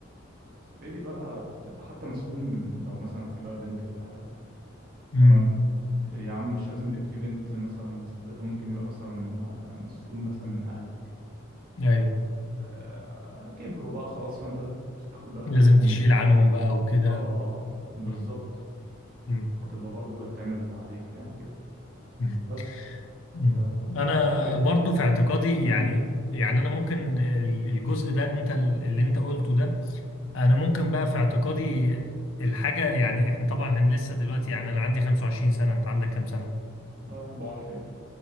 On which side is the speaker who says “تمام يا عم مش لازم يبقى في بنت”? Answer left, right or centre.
Right